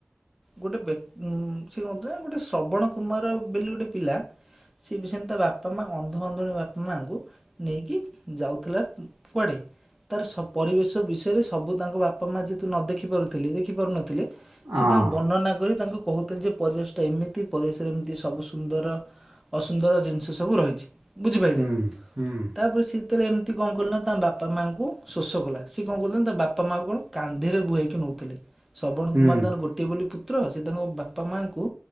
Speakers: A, in the centre; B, on the right.
A: ଗୋଟେ ବେକ୍ ଉଁ ସେଏ କଁ କରୁଥିଲା ଗୋଟେ ଶ୍ରବଣ କୁମାର ବୋଲି ଗୋଟେ ପିଲା ସେ ବି ସେନ୍ତି ତା ବାପା ମା ଅନ୍ଧ ଅନ୍ଧୁଣୀ ବାପା ମାଙ୍କୁ ନେଇକି ଯାଉଥିଲା କୁଆଡେ? ତାର ସବ ପରିବେଶ ବିଷୟରେ ସବୁ ତାଙ୍କ ବାପା ମା ଯେତୁ ନ ଦେଖି ପାରୁଥିଲେ ଦେଖି ପାରୁନଥିଲେ। ସିଏ
B: ଆଉ
A: ତାଙ୍କୁ ବର୍ଣ୍ଣନା କରି ତାଙ୍କୁ କହୁଥିଲେ ଯେ ପରିବେଶ ଟା ଏମିତି ପରିବେଶରେ ଏମିତି ସବୁ ସୁନ୍ଦର ଅସୁନ୍ଦର ଜିନିଷ ସବୁ ରହିଛି। ବୁଝିପାରିଲେ
B: ହଁ ହୁଁ ହୁଁ
A: ତାପରେ ସିଏ ତାଲେ ଏମିତି କଣ କଲେ ନା ତା ବାପା ମାଆଙ୍କୁ ଶୋଷ କଲା ସିଏ କଣ କଲେ ତା ବାପା ମାଆଙ୍କୁ କଣ କାନ୍ଧିରେ ବୁହଇକି ନେଉଥିଲେ ଶ୍ରବଣ
B: ହୁଁ
A: କୁମାର ତାଙ୍କର ଗୋଟିଏ ବୋଲି ପୁତ୍ର ସେ ତାଙ୍କ ବାପା ମାଆଙ୍କୁ